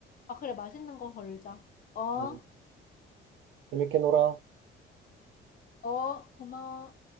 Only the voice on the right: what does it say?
응, 재밌게 놀아.